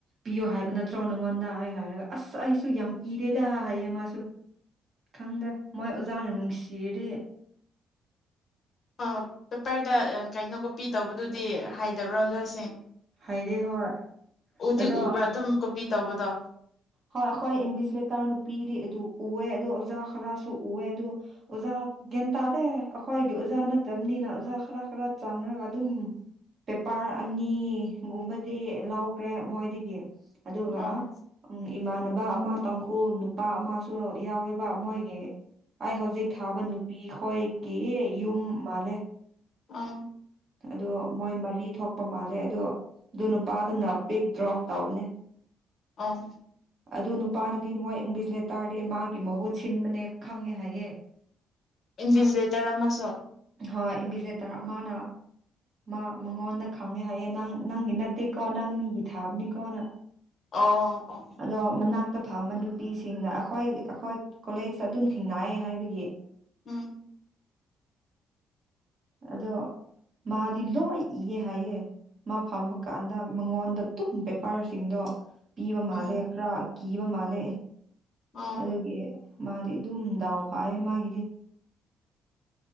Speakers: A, on the right; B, on the left.
A: ꯄꯤꯌꯣ ꯍꯥꯏꯕ ꯅꯠꯇ ꯆ꯭ꯔꯣꯟ ꯅꯉꯣꯟꯗꯑ ꯍꯥꯏꯔꯒ ꯑꯁ ꯑꯩꯁꯨ ꯌꯥꯝ ꯏꯔꯦꯗ ꯍꯥꯏꯌꯦ ꯃꯥꯁꯨ ꯈꯪꯗꯦ ꯃꯣꯏ ꯑꯣꯖꯥꯅ ꯅꯨꯡꯁꯤꯔꯗꯤ
B: ꯑ ꯄꯦꯄꯔꯗ ꯀꯩꯅꯣ ꯀꯣꯄꯤꯤ ꯇꯧꯕꯗꯨꯗꯤ ꯍꯥꯏꯗꯤ ꯗꯦꯕꯔꯣꯖꯥ ꯁꯤꯁꯤꯡꯟ
A: ꯍꯥꯏꯩꯔꯦ ꯍꯣꯏ
B: ꯎꯗꯤ
A: ꯑꯗꯣ
B: ꯎꯕ꯭ꯔꯥ ꯑꯗꯨꯝ ꯀꯄꯤꯤ ꯇꯧꯕꯗꯣ
A: ꯍꯣꯏ ꯑꯩꯈꯣꯏ ꯏꯝꯕꯤꯁꯂꯇꯥ ꯅꯨꯄꯤꯗꯤ ꯑꯗꯨ ꯎꯑꯦ ꯑꯗꯣ ꯑꯣꯖꯥ ꯈꯔꯁꯨ ꯎꯑꯦ ꯑꯗꯣ ꯑꯣꯖꯥ ꯒ꯭ꯌꯥꯟ ꯇꯥꯔꯦ ꯑꯩꯈꯣꯏꯒꯤ ꯑꯣꯖꯥ ꯅꯠꯇꯕꯅꯤꯅ ꯑꯣꯖꯥ ꯈꯔ ꯈꯔ ꯆꯪꯔꯒ ꯑꯗꯨꯝ ꯄꯦꯄꯔ ꯑꯅꯤꯒꯨꯝꯕꯗꯤ ꯂꯧꯈ꯭ꯔꯦ ꯃꯣꯏꯗꯒꯤ ꯑꯗꯨꯒ
B: ꯑꯣ
A: ꯏꯃꯥꯟꯅꯕ ꯑꯃ ꯇꯥꯡꯈꯨꯜ ꯅꯨꯄꯥ ꯑꯃꯁꯨ ꯌꯥꯎꯋꯦꯕ ꯃꯣꯏꯒꯤ ꯑꯩ ꯍꯧꯖꯤꯛ ꯊꯥꯕ ꯅꯨꯄꯤꯈꯣꯏꯒꯤ ꯌꯨꯝ ꯃꯥꯜꯂꯦ
B: ꯑꯣ
A: ꯑꯣ ꯃꯣꯏ ꯃꯔꯤ ꯊꯣꯛꯄ ꯃꯥꯜꯂꯦ ꯑꯗꯣ ꯑꯗꯨ ꯅꯨꯄꯥꯗꯨꯅ ꯄꯦꯛ ꯗ꯭ꯔꯣꯞ ꯇꯕꯅꯦ
B: ꯑꯣ
A: ꯑꯗꯨ ꯅꯨꯄꯥꯗꯗꯤ ꯃꯣꯏ ꯏꯕꯤꯁꯂꯦꯠ ꯇꯥꯔꯦ ꯃꯥꯒꯤ ꯃꯍꯨꯠ ꯁꯤꯟꯕꯅꯦ ꯈꯪꯉꯦ ꯍꯥꯏꯌꯦꯦ
B: ꯏꯟꯚꯤꯖꯤꯂꯦꯇꯔ ꯑꯃꯁꯨ
A: ꯍꯣꯏ ꯏꯟꯕꯤꯂꯦꯇꯔ ꯑꯃꯅ ꯃꯥ ꯃꯉꯣꯟꯗ ꯈꯪꯉꯦ ꯍꯥꯏꯌꯦ ꯅꯪ ꯅꯪꯒꯤ ꯅꯠꯇꯦꯀꯣ ꯅꯪ ꯃꯤꯒꯤ ꯊꯥꯕꯅꯤꯀꯣꯅ
B: ꯑꯣ ꯑꯣ
A: ꯑꯗꯣ ꯃꯅꯥꯛꯇ ꯐꯝꯕ ꯅꯨꯄꯤꯁꯤꯡꯅ ꯑꯩꯈꯣꯏ ꯑꯩꯈꯣꯏ ꯀꯣꯂꯦꯖꯇ ꯑꯗꯨꯝ ꯊꯦꯡꯅꯏ ꯍꯥꯏꯕꯒꯤ
B: ꯎꯝ
A: ꯑꯗꯣ ꯃꯥꯗꯤ ꯂꯣꯏ ꯏꯌꯦ ꯍꯥꯏꯌꯦ ꯃꯥ ꯐꯝꯕ ꯀꯥꯟꯗ ꯃꯉꯣꯟꯗ ꯑꯗꯨꯨꯝ ꯄꯦꯄꯥꯔꯁꯤꯡꯗꯣ ꯄꯤꯕ ꯃꯥꯜꯂꯦ
B: ꯎꯝ
A: ꯈꯔ ꯀꯤꯕ ꯃꯥꯜꯂꯦ
B: ꯑꯣ
A: ꯑꯗꯨꯗꯒꯤ ꯃꯥꯗꯤ ꯑꯗꯨꯝ ꯗꯥꯎ ꯐꯌꯦ ꯃꯥꯒꯤꯗꯤ